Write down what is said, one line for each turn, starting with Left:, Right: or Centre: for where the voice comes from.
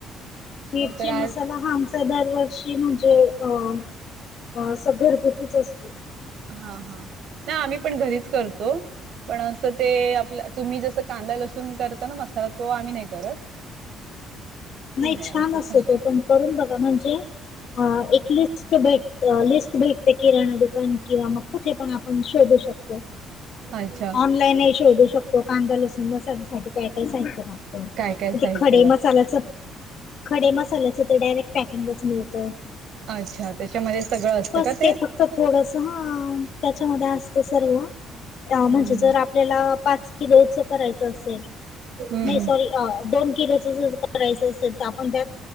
Left: मिरची
Right: नंतर आज
Left: मसाला आम च्या कडे दर वर्षी म्हणजे अ अस घरगुतीच असते.
Right: हा हा ना आम्ही पण घरीच करतो पण असं ते आपलं तुम्ही जस कांदा लसून करताना मसाला तो आम्ही नाही करत
Left: नाही
Right: ते
Left: छान
Right: आमचं
Left: असतो
Right: चालेल
Left: पण करून बघा म्हणजे एकलिस्ट भेट लिस्ट भेटते किराणा दुकान किंवा मग कुठे पण आपण शोधू शकतो.
Right: अच्छा
Left: ऑनलाईनही शोधू शकतो. कांदा लसून मसाल्यासाठी काय काय साहित्य लागत
Right: काय काय साहित्य
Left: ते खडे
Right: लागतं
Left: मसाल्याचं? खडे मसाल्याचं तर डायरेक्ट पॅकिंगच मिळतं.
Right: अच्छा त्याच्यामध्ये सगळं असतं
Left: बस
Right: का ते?
Left: फक्त थोडस हा त्याच्यामध्ये असत. सर्व म्हणजे
Right: हम्म
Left: जर आप आपल्याला पाच किलोच करायच असेल.
Right: हम्म
Left: नाही
Right: हम्म
Left: सॉरी दोन किलोच जर करायच असेल. 'तर आपण त्यात